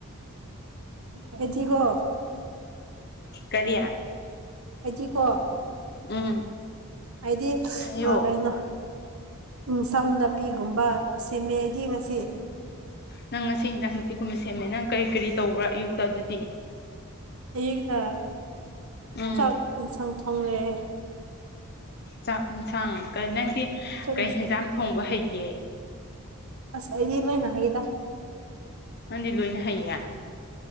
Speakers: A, on the right; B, on the left.
A: ꯑꯩꯗꯤꯒꯣ
B: ꯀꯔꯤ
A: ꯑꯩꯗꯤꯀꯣ
B: ꯎꯝ
A: ꯑꯩꯗꯤ
B: ꯍꯥꯏꯌꯣ
A: ꯑꯥ ꯀꯩꯅꯣ ꯏꯟꯁꯥꯡ ꯅꯥꯄꯤꯒꯨꯝꯕ ꯁꯦꯝꯃꯦ ꯑꯩꯗꯤ ꯉꯁꯤ
B: ꯅꯪ ꯉꯁꯤ ꯍꯤꯡꯖꯥꯡ ꯅꯨꯄꯤꯒꯨꯝꯕ ꯁꯦꯝꯃꯦ ꯅꯪ ꯀꯔꯤ ꯀꯔꯤ ꯇꯧꯕ꯭ꯔꯥ ꯑꯌꯨꯛꯇ ꯑꯗꯨꯗꯤ
A: ꯑꯌꯨꯛꯇ
B: ꯎꯝ
A: ꯆꯥꯛ ꯏꯟꯁꯥꯡ ꯊꯣꯡꯔꯦ
B: ꯆꯥꯛ ꯏꯟꯁꯥꯡ ꯀꯥ ꯅꯪꯗꯤ
A: ꯆꯥꯛ
B: ꯀꯩ
A: ꯏꯟꯁꯥꯡ
B: ꯍꯦꯟꯖꯥꯡ ꯊꯣꯡꯕ ꯍꯩꯒꯦ
A: ꯑꯁ ꯑꯩꯗꯤ ꯂꯣꯏꯅ ꯍꯩꯗ
B: ꯅꯪꯗꯤ ꯂꯣꯏꯅ ꯍꯩꯌꯦ